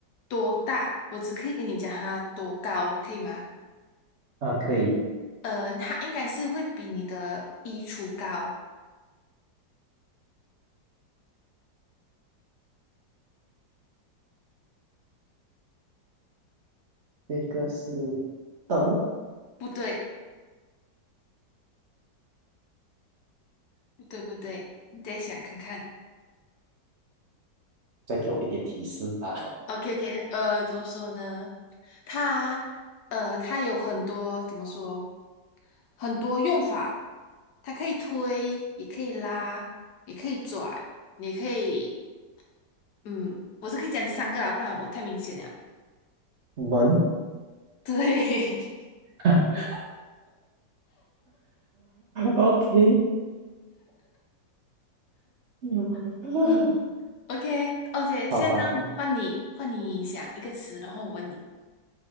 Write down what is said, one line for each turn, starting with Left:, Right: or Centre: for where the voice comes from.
Left: 多大，我只可以跟你讲它多高，可以吗？
Right: 啊，可以。
Left: 嗯，它应该是会比你的衣橱高，
Right: 这个是灯，
Left: 不对，不对不对，你再想看看。
Right: 再给我一点提示吧。
Left: OK OK，呃，怎么说呢？它呃，它有很多怎么说？很多用法，它可以推，也可以拉，也可以转，你可以，嗯，我是可以讲这三个啦，不然我太明显了。
Right: 门。
Left: 对，
Right: <laughs> OK，<laughs>
Left: <laughs> 嗯，OK，而且现在换你，
Right: 好好好
Left: 换你想一个词，然后我问你。